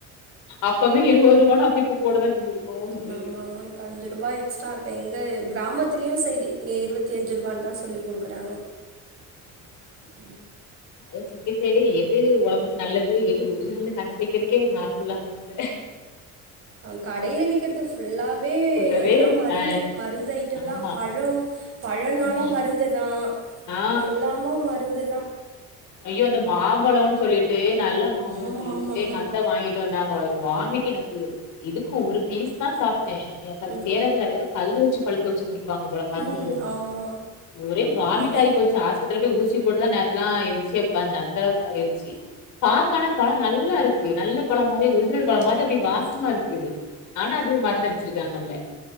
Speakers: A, on the left; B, on the right.
A: அப்பமே இருவது ரூபானா அப்ப கூட தா செஞ்சிருக்கு ஒரிஜினலு
B: ம் ஆமா ஆமா இப்ப அஞ்சு ரூபா எக்ஸ்ட்டா இப் ப எங்க கிராமத்துலயு சைடு இருபத்தி அஞ்சு ரூபான்னு தா சொல்லி் குடுக்குறாங்க ம்
A: அத சிட்டி சைடு எது ஒடம்புக்கு நல்லது எது ஒரிஜினல்னு கண்டுபுடிக்கிறக்கே ஒரு நாள் ஃபுல்லா ஆகும் போல
B: ஆ கடையில விக்கிறது ஃபுல்லாவே
A: ஃபுல்லவே
B: எல்லாம் மருந்து
A: ஆ
B: மருந்து ஐட்டம் தா
A: ஆமா
B: பழம் பழனாலு
A: ம்
B: மருந்துதா
A: ஆ
B: எல்லாமு மருந்துதா
A: ஐயோ அந்த மாம்பழொன் சொல்லிட்டு நல்ல மாம்பழொன்
B: ஆமா
A: சொல்லிட்டு
B: ஆமா
A: எங்க அத்த வாங்கிட் டு வந்தாங்க வாமிட் எனக்கு இதுக்கு ஒரு பீஸ் தா சாப்ட்டே எனக்கு அது
B: ம்
A: சேர வேல அது எதோ கல்லு வச்சு பழுக்க வச்சுருந்திருப்பாங்க போல மருந்து
B: ம்
A: போட்டு
B: ஆமா
A: ஒரே வாமிட்
B: அது
A: ஆயி போச்சு ஆஸ் பெட்டல்ல போய் ஊசி போட்டுதா நேத்தல்லா எழுந்துருச்சியே ஒக்காந்த அந்தளவுக்கு ஆயிருச்சி பாக்கானா பழொ நல்லாருக்கு நல்ல பழம் மாதிரி ஒரிஜினல் பழம் மாரி அப்டி வாசமாருக்குது ஆனா அது மருந்து அடிச்சிருக்காங்க அதுல